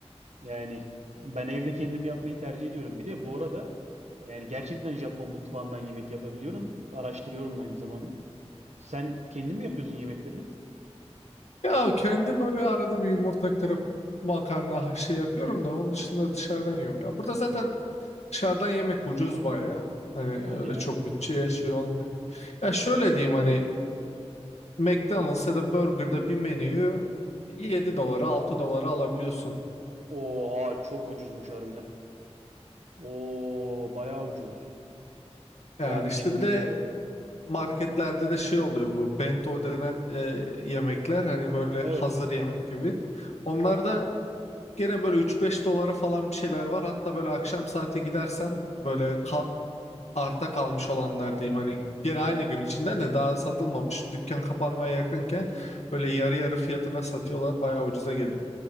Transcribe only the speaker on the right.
Yani ben evde kendim yapmayı tercih ediyorum. Bir de bu arada yani gerçekten Japon mutfağından yemek yapabiliyorum. Araştırıyorum da aynı zamanda. Sen kendin mi yapıyorsun yemeklerini?
Hadi
ya.
Oha çok ucuzmuş harbiden. Oo bayağı ucuz.
Ya abi
şimdi
evet